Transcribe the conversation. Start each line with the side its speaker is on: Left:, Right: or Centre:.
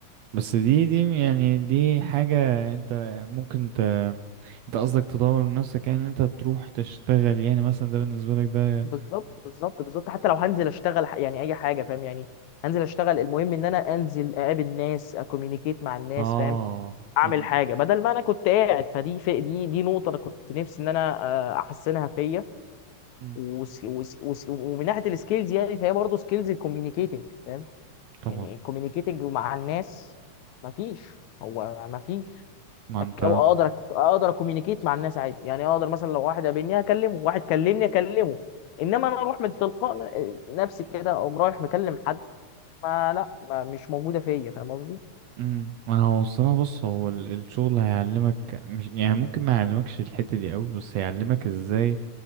Right: بس دي دي يعني دي حاجة انت ممكن ت... انت قصدك تطور من نفسك يعني ان انت تروح تشتغل يعني مثلا ده بالنسبة لك ده
Left: بالظبط بالظبط بالظبط حتى لو هنزل اشتغل ح- يعني اي حاجه فاهم يعني هنزل اشتغل المهم ان انا انزل اقابل ناس اكوميونيكيت مع الناس
Right: اه
Left: فاهم اعمل
Right: يعني
Left: حاجه بدل ما انا كنت قاعد فدي في دي دي نقطه انا كنت نفسي ان انا آه، احسنها فيا
Right: مم،
Left: وس وس وس ومن ناحيه السكيلز يعني فهي برضه سكيلز الكوميونيكيتنج فاهم
Right: طبعا
Left: يعني الكوميونيكيتنج مع الناس مفيش هو مفيش
Right: ما
Left: أك-
Right: انت
Left: أو اقدر اقدر اكوميونيكيت مع الناس عادي يعني اقدر مثلا لو واحد قابلني اكلمه واحد كلمني اكلمه انما انا اروح من تلقاء ن- نفسي كده اقوم رايح مكلم حد ما لا ما مش موجوده فيا فاهم قصدي
Right: مم، ما هو الصراحة بص هو ال- الشغل هيعلمك مش يعني ممكن ما يعلمكش الحتة دي قوي بس هيعلمك ازاي